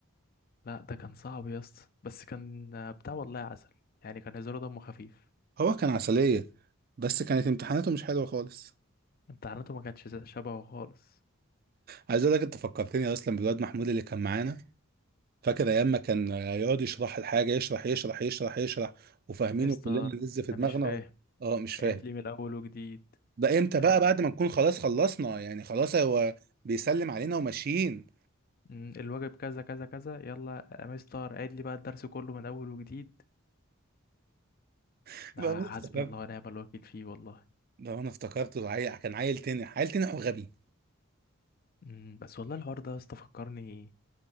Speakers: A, on the left; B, on the right.
A: لا ده كان صعب يا اسطى بس كان آه، بتاع والله عسل يعني كان هزاره دمه خفيف
B: هو كان عسلية بس كانت امتحاناته مش حلوة خالص
A: امتحاناته ما كانتش زي- شبهه خالص
B: عايز اقول لك انت فكرتني اصلا بالواد محمود اللي كان معانا فاكر ايام ما كان يقعد يشرح الحاجة يشرح يشرح يشرح يشرح وفاهمينه
A: مستر
B: كلنا لسه في
A: انا
B: دماغنا
A: مش فاهم
B: اه مش فاهم
A: عيد لي من الاول وجديد
B: ده امتى بقى
A: يلا
B: بعد ما نكون خلاص خلصنا يعني خلاص هو بيسلم علينا وماشيين
A: مم، الواجب كذا كذا كذا يلا يا مستر عيد لي بقى الدرس كله من اول وجديد
B: <laughs>
A: ده
B: بقى انا
A: حسبي
B: افتكرت
A: الله ونعم الوكيل فيه والله
B: بقى انا افتكرته عيل كان عيل تنح عيل تنح وغبي
A: مم، بس والله الحوار ده يا اسطى فكرني